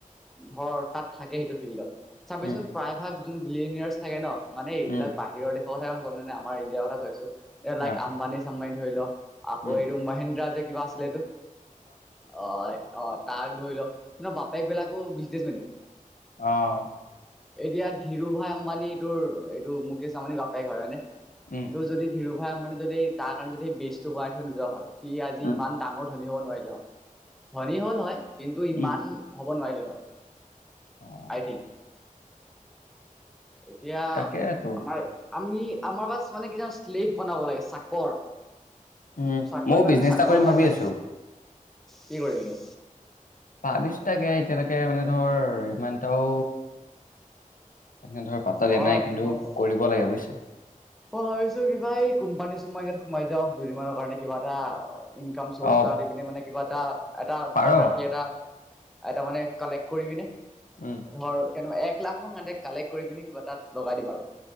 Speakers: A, in the centre; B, on the left (about 75°).
A: ধৰ, তাত থাকে সেইটো ফিল্ডত। চাবিচোন
B: উম,
A: প্ৰায় ভাগ বিলিনিয়ৰছ থাকে ন'। মানে এইবিলাক
B: উম,
A: বাহিৰৰ দেশ ক <inaudible> গভমেন্তে আমাৰ ইণ্ডিয়াৰ কথা কৈ আছে এ
B: অ',
A: লাইক আম্বানি চাম্বানি ধৰি ল আকৌ
B: উম।
A: এইটো মহেন্দ্ৰা দেক কিবা আছিলে এইটো অ অ তাক ধৰি লওক কিন্তু বাপেক বিলাকো বিচ দিছ মিলে
B: আহ
A: এতিয়া ধিৰো ভাই আম্বানীটোৰ এইটো মুকেশ আম্বানীৰ বাপেক হয় হয়নে
B: উম,
A: তোৰ যদি ধীৰু ভাই আম্বানী যদি তাৰ কাৰণে যদি বেছ টো কৰা হৈছে নোযোৱা হয় সি আজি
B: উম,
A: ইমান ডাঙৰ ধনী হ'ব নোৱাৰিলে হয় ধনী হ'ল হয় কিন্তু ইমান
B: উম।
A: ক'ব নোৱাৰিলে হয়
B: অ',
A: আই থিংক এতিয়া
B: তাকেতো।
A: আমাৰ। আমি আমাৰ বাছ মানে কিছমান শ্লেভ বনাব লাগে চাকৰ।
B: উ,
A: চাকৰি
B: ময়ও
A: মানেতো
B: বিজনেছ
A: চাকৰ
B: এটা কৰিম
A: হয়
B: ভাবি
A: না
B: আছো
A: কি কৰিবিনো।
B: বাবিশটাকে এতিয়ালৈকে মানে ধৰ ইমানটাও। এনে ধৰ পাতলিয়
A: অ
B: নাই কিন্তু
A: মই
B: কৰিব লাগে বুজিছ।
A: মই ভাবিছো কিবা এই কোম্পানী চোম্পানী ইাত সোমাই যাও দুদিনমানৰ কাৰণে কিবা এটা। ইনকাম চ'ৰ্চ
B: অ',
A: এটা দি পিনে মানে কিবা। ত। এটা
B: পাৰ।
A: ধনৰাশি এটা। এটাৰ মানে কালেক্ট কৰিবিনে।
B: উম,
A: ধৰ। তেনেকুৱা এক লাখ মানে কালেক কৰি পিনি কিবা তাত লগাই দিম আৰু